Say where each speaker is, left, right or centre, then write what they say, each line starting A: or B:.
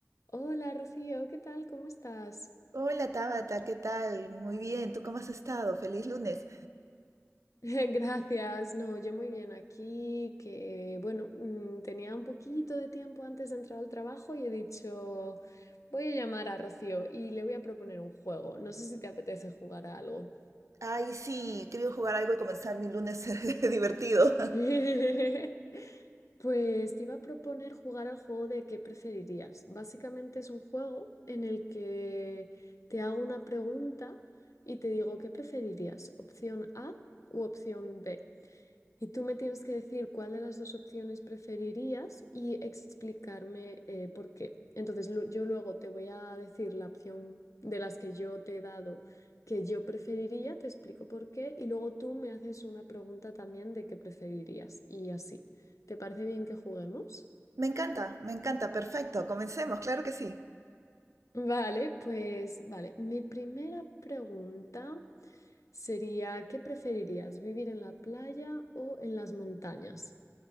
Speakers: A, on the left (about 80°); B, on the right (about 75°).
A: Hola Rocío, ¿qué tal? ¿Cómo estás?
B: Hola Tabata, ¿qué tal? Muy bien, ¿tú cómo has estado? Feliz lunes.
A: <laughs> Gracias, no, yo muy bien aquí, que bueno, mm, tenía un poquito de tiempo antes de entrar al trabajo y he dicho, voy a llamar a Rocío y le voy a proponer un juego. No sé si te apetece jugar a algo.
B: Ay, sí, quiero jugar algo y comenzar mi lunes <laughs> divertido.
A: <laughs> Pues te iba a proponer jugar al juego de qué preferirías. Básicamente es un juego en el que te hago una pregunta y te digo qué preferirías, opción A u opción B. Y tú me tienes que decir cuál de las dos opciones preferirías y explicarme eh, por qué. Entonces, lu- yo luego te voy a decir la opción de las que yo te he dado que yo preferiría, te explico por qué, y luego tú me haces una pregunta también de qué preferirías y así. ¿Te parece bien que juguemos?
B: Me encanta, me encanta, perfecto, comencemos, claro que sí.
A: Vale, pues vale. Mi primera pregunta sería, ¿qué preferirías, vivir en la playa o en las montañas?